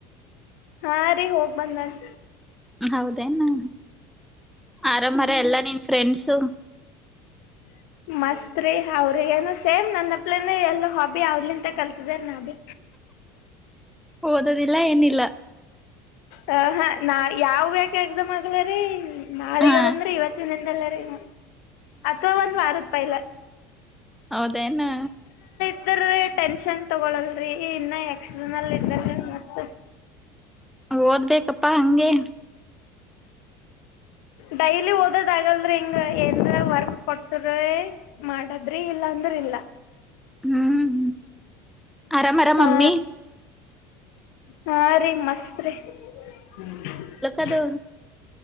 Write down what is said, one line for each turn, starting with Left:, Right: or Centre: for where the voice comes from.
Left: ಹಾ ರೀ ಹೋಗ್ ಬಂದನ್.
Centre: ಹೌದೇನು, ಆರಾಮರ ಎಲ್ಲಾ ನಿನ್ ಫ್ರೆಂಡ್ಸ್? ಸೊ
Left: ಹ್ಮ ಮಸ್ತ್ರಿ ಅವ್ರಿಗೆ ಏನು ಸೇಮ್ ನನ್ನಪ್ಲನ ಎಲ್ಲ ಹಾಬಿ ಅವ್ಲಿಂತ ಕಲ್ತಿದಾರ ನೊಡಿ.
Centre: <inaudible> ಓದದಿಲ್ಲ ಏನಿಲ್ಲ.
Left: ಹ ಹಾ ನಾ ಯಾವ ಯ್ಯಾಕೆ ಎಕ್ಸಾಮ್ ಆಗ್ಲಿರಿ ನಾಳಿಗದಂದ್ರೆ
Centre: ಹಾ
Left: ಇವತ್ತಿನಿಂದಲ್ಲ ರೀ ಹ್ಮ ಅಥವಾ ಒಂದ್ ವಾರದ್ ಪೈಲಾ
Centre: ಹೌದೇನಾ.
Left: ಇದ್ರೀ ಟೆನ್ಷನ್ ತಗೊಳಲ್ರರಿ ಇನ್ನ ಎಕ್ಸ್ಟ್ರನಲ್ ಇದವ. <unintelligible>
Centre: ಓದ್ಬೇಕಪ್ಪಾ ಹಂಗೆ
Left: ಡೈಲಿ ಓದೋದ್ ಆಗಲ್ರಿ ಹಿಂಗ ಏಂದ್ರ ವರ್ಕ್ ಕೊಡ್ಸ್ರ ಮಾಡದ್ರಿ ಇಲ್ಲಾಂದ್ರ ಇಲ್ಲ..
Centre: ಹ್ಮ್ ಆರಾಮ್ ಆರಾಮ್
Left: ಹಾ.
Centre: ಮಮ್ಮಿ
Left: ಹಾ ರೀ ಮಸ್ತ್ ರೀ!. <inaudible>
Centre: ಅದು